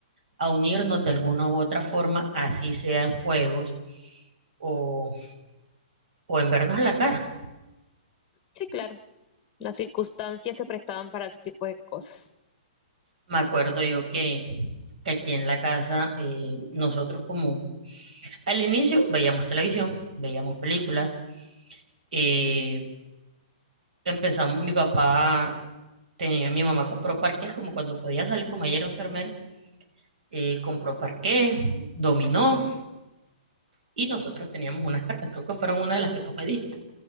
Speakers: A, on the right; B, on the left.
A: a unirnos de alguna u otra forma, así sea en juegos o, o en vernos la cara.
B: Sí, claro. Las circunstancias se prestaban para ese tipo de cosas.
A: Me acuerdo yo que, que aquí en la casa eh, nosotros como Al inicio veíamos televisión, veíamos películas, eh, empezamos, mi papá tenía, mi mamá compró parqués, como cuando podía salir, como ella era enfermera, eh, compró parqués, dominó, y nosotros teníamos unas cartas, creo que fueron una de las que tú pediste,